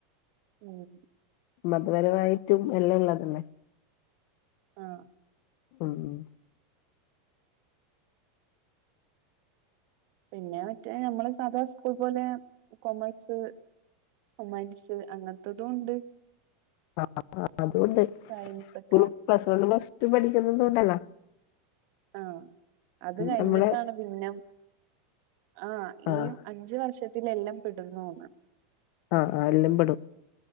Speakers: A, on the right; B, on the left.
A: ഉം
B: മതപരമായിട്ടും എല്ലാം ഉള്ളതല്ലേ
A: ആഹ
B: ഉം ഉം
A: പിന്നെ മറ്റേ നമ്മള് സാധാരണ സ്കൂൾ പോലെ കൊമേഴ്സ് അമാരിസ് അങ്ങനത്തെതും ഉണ്ട്
B: ആ അതുകൊണ്ട്
A: സയൻസ്
B: സ്കൂൾ
A: ഒക്കെ
B: പ്ലസ്ണ്ട് പ്ലസ് ടു പഠിക്കുന്നത്ന്തുകൊണ്ടല്ല
A: ആഹ അത് കഴിഞ്ഞിട്ടാണ്
B: നമ്മള്
A: പിന്നെ ആഹ
B: ആഹ്
A: ഈ അഞ്ച വർഷത്തിലെല്ലാം പടുന്നുന്ന്
B: ആഹ് ആ എല്ലാം പെടും